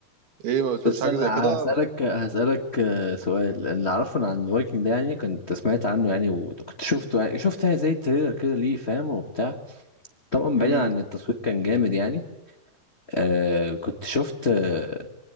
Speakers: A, on the right; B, on the left.
A: ايه ما بتشوفش
B: بس
A: حاجه
B: انا
A: زي كده
B: هسألك هسألك آه، سؤال اللي اعرفه عن الفايكنج ده يعني كنت سمعت عنه يعني وكنت شفته يعني شفت يعني زي التريلر كده ليه فاهم وبتاع طبعا
A: امم
B: بعيدا عن التصوير كان جامد يعني آه كنت شفت آه